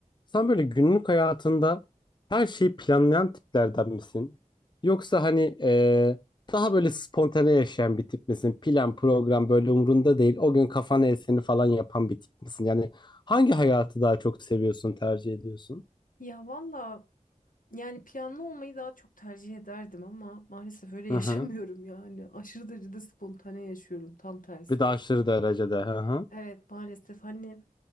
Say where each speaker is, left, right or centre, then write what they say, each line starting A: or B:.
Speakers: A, on the left; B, on the left.
A: Sen böyle günlük hayatında her şeyi planlayan tiplerden misin? Yoksa hani eee, daha böyle spontane yaşayan bir tip misin? Plan, program böyle umrunda değil. O gün kafana eseni falan yapan bir tip misin? Yani hangi hayatı daha çok seviyorsun, tercih ediyorsun?
B: Ya valla yani planlı olmayı daha çok tercih ederdim ama maalesef öyle
A: Hı
B: <laughs> yaşamıyorum
A: hı.
B: yani. Aşırı derecede spontane yaşıyorum tam tersi.
A: Bir de aşırı derecede. Hı hı.
B: Evet maalesef hani